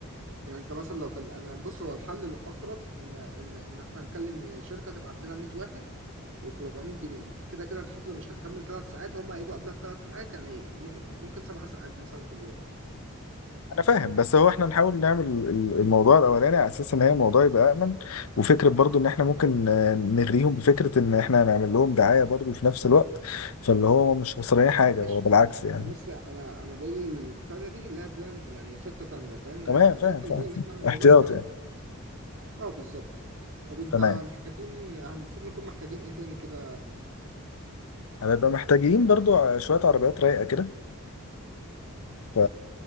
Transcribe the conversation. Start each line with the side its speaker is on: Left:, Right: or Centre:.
Right: يعني انت مثلا لو كان انا بص هو الحل الاقرب ان ان ان احنا نكلم شركه تبعت لنا 100 واحد وب 400 جنيه كده كده الحفلة مش هتكمل ثلاث ساعات هم هيجوا قبلها بثلاث ساعات يعني م- ممكن سبع ساعات مثلا في اليوم
Left: انا فاهم بس هو احنا نحاول نعمل ال- الموضوع الاولاني على اساس ان هي الموضوع يبقى امن وفكره برضو ان احنا ممكن آه، نغريهم بفكره ان احنا هنعمل لهم دعايه برضو في نفس الوقت فاللي هو مش خسرانين حاجه
Right: ماشي
Left: هو بالعكس يعني
Right: انا بس انا انا بقول الثانية دي لها بلان يعني خطة تانية فاهم
Left: تمام
Right: يعني
Left: فاهم
Right: الخطة
Left: فاهم
Right: الأولى اللي احنا هنجربها
Left: احتياط يعني
Right: اه بالظبط طب انت
Left: تمام
Right: محتاجين يعني المفروض نكون محتاجين ايه تاني كده
Left: هنبقى محتاجين برضو ع- شويه عربيات رايقه كده ف